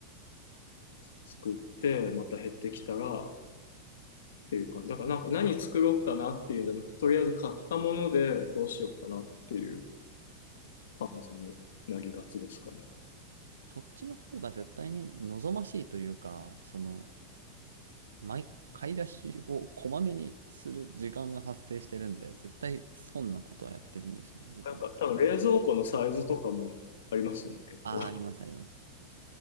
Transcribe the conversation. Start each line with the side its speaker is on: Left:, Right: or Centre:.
Left: 作って、また減ってきたらっていうか、だからなんか何作ろうかなっていうんじゃなくて、とりあえず買ったものでどうしようかなっていう感じになりがちですかね。
Right: そっちの方が絶対に望ましいというか、その、毎、買い出しをこまめにする時間が発生してるんで、絶対損なことはやってるんですよね、自分。
Left: なんか多分冷蔵庫のサイズとかもありますよね、結構。
Right: ああ、あります、あります。